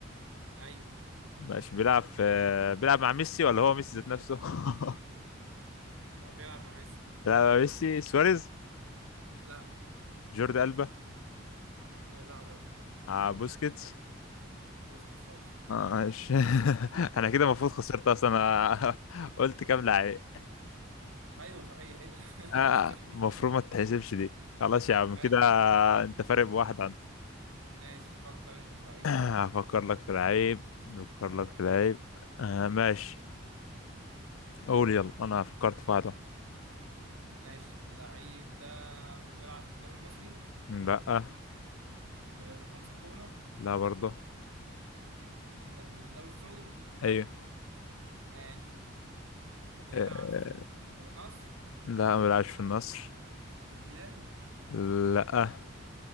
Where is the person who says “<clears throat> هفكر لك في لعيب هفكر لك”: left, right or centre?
Left